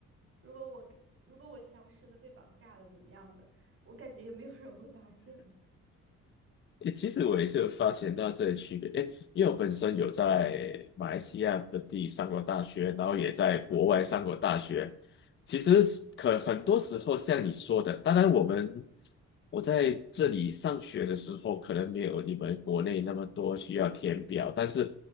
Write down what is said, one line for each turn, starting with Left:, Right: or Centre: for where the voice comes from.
Right: 如果我如果我消失了，被绑架了，怎么样的，我感觉也没有人会发现我。
Left: 诶，其实我也是有发现到这些区别，诶，因为我本身有在马来西亚本地上过大学，然后也在国外上过大学。其实是可很多时候像你说的，当然我们我在这里上学的时候，可能没有你们国内那么多需要填表，但是